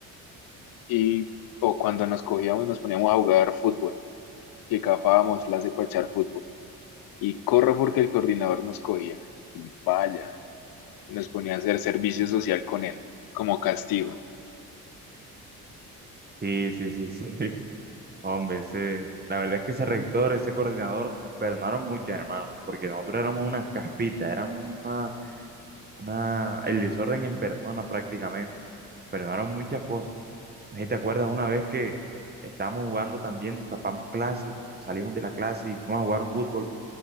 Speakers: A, on the left; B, on the right.
A: Y o cuando nos cogíamos, nos poníamos a jugar fútbol, que capábamos las de pachar fútbol. Y corro porque el coordinador nos cogía. Y vaya, nos ponía a hacer servicio social con él, como castigo.
B: sí, sí, sí, sí, <laughs> Hombre, ese, la verdad es que ese rector, ese coordinador, nos perdonaron mucho, hermano, porque nosotros éramos unas caspitas, éramos una, una, el desorden en persona prácticamente. Nos perdonaron muchas cosas. No sé si te acuerdas una vez que estábamos jugando también, nos escapamos clases, salimos de la clase y fuimos a jugar fútbol